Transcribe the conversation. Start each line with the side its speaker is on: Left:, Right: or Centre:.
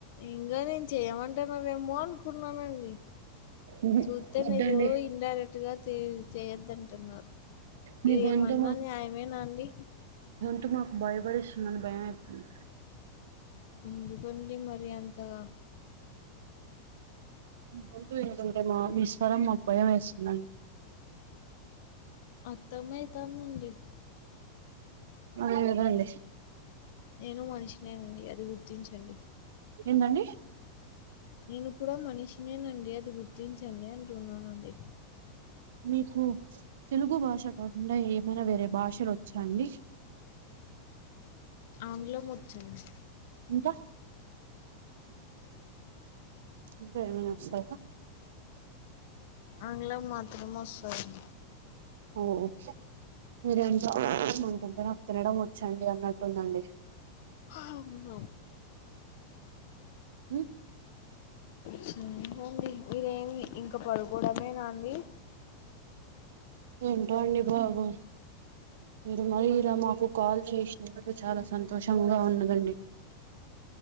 Left: ఇంగ నేన్ చేయమంటన్నారేమో అనుకున్నానండి
Right: మ్మ్.
Left: చూతే
Right: వద్దండి
Left: మీరు ఇడైరెక్ట్ గా తీ చేయద్దంటన్నారు
Right: మీ
Left: ఇదేమన్నా
Right: గొంతు
Left: న్యాయమేనా అండి.
Right: టే మాక్ భయపడిస్తుందండి భయమైతుంది
Left: ఎందుకండి మరి అంతగా
Right: మీ గొంతు ఏంటంటే మా మీ స్వరం మాక్ భయం వేస్తుందండి.
Left: అత్తమైతాందండి
Right: ఆయిమా ఎవరొండి
Left: నేను మనిషినేనండి అది గుర్తించండి
Right: ఏంటండి
Left: నేను కూడా మనిషినేనండి అది గుర్తించండి అంటున్నానండి
Right: మీకు తెలుగు భాష కాకుండా ఏమైనా వేరే భాషలోచ్చాండి?
Left: ఆంగ్లం వచ్చండి
Right: ఇంకా ఇంకా ఏమైనా వస్సయా
Left: ఆంగ్లం మాత్రమే వస్సదం
Right: ఓ ఓ మీరేంటో <unintelligible> ఉంటుందనా తినడం వచ్చం ది అన్నట్టుందండి
Left: అవునా
Right: మ్మ్
Left: సరేనండి మీరేమి ఇంకా పడుకోడమేనాండి?
Right: ఏంటో అండి బాబు మీరు మరీ ఇలా మాకు కాల్ చేసినరు చా. లా సంతోషంగా ఉన్నదండి